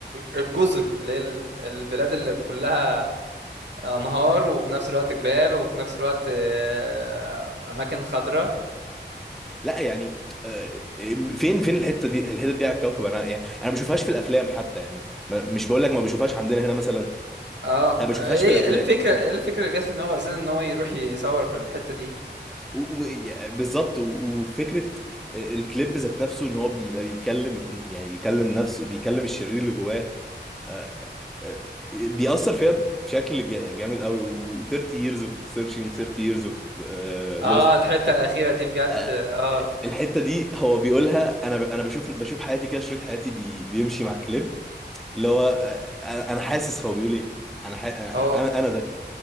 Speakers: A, on the right (about 75°); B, in the centre.
A: الجزر اللي هي ال- البلاد اللي كلها انهار وفي نفس الوقت جبال وفي نفس الوقت آه، اماكن خضراء
B: لا يعني آه، فين فين الحته دي الحته دي على الكوكب انا يعني انا ما بشوفهاش في الافلام حتى يعني ما- مش بقول لك ما بشوفهاش عندنا هنا مثلا انا
A: اه
B: ما بشوفهاش
A: ايه
B: في الافلام
A: إيه الفكره ايه الفكره اللي جت في دماغه اساسا ان هو يروح يصور في الحته دي
B: و- و- يا- بالظبط و- وفكره آه، الكليب ذات نفسه ان هو بيبقى بيكلم اتنين- يعني بيكلم نفسه بيكلم الشرير اللي جواه آه، آه، بيأثر فيها بشكل جا- جامد قوي و 30 years of searching 30 years of آه،
A: اه
B: lost
A: الحته الاخيره دي بجد
B: آه،
A: اه
B: الحته دي هو بيقولها انا ب- انا بشوف بشوف حياتي كده شريط حياتي بي- بيمشي مع الكليب اللي هو آه، انا أنا حاسس هو بيقول ايه انا ح- انا
A: هو
B: انا أنا ده